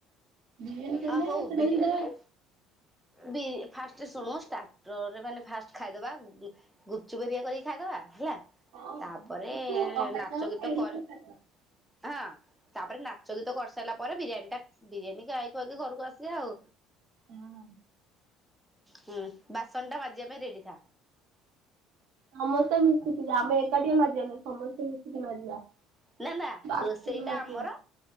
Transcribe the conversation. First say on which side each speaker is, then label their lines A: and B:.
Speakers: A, on the right; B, in the centre.
A: ବିରିୟାନୀ କଲେ
B: ଆ, ହଉ
A: ସେଟା
B: ବିରିୟା
A: ବି ସୁଧା
B: ଲେ ବିରି ଫାଷ୍ଟ ଶୁଣୁ ଷ୍ଟାର୍ଟରେ ମାନେ ଫାଷ୍ଟ ଖାଇଦବା ଉଁ, ଗୁପ୍ ଚୁପ୍ ହେରିକା କରିକି ଖାଇଦବା ହେଲା
A: ହଁ
B: ତାପରେ
A: ତାକୁ ଅଣ୍ଡା
B: ନାଚ
A: ଚପ୍
B: ଗୀତ
A: ଏଗୁରା
B: କରେ
A: ସବୁ ଖାଇଦବା।
B: ହଁ ତାପରେ ନା ନାଚ ଗୀତ କରିସାରିଲା ପରେ, ବିରିୟାନୀ ଟା ବିରିୟାନୀ ଖାଇ ଖୁଆଇକି ଘରକୁ ଆସିବା ଆଉ।
A: ହଁ।
B: ହୁଁ ବାସନ ଟା ମାଜିବା ପାଇଁ ରେଡି ଥା।
A: ସମସ୍ତେ ମିଶିକି ଆମେ ଏକାଟିଆ ମାଜିବାନି, ସମସ୍ତେ ମିଶିକି ମାଜିବା।
B: ନା ନା
A: ବାସନ
B: ରୋଷେଇଟା
A: ମାଜିବା।
B: ଆମର,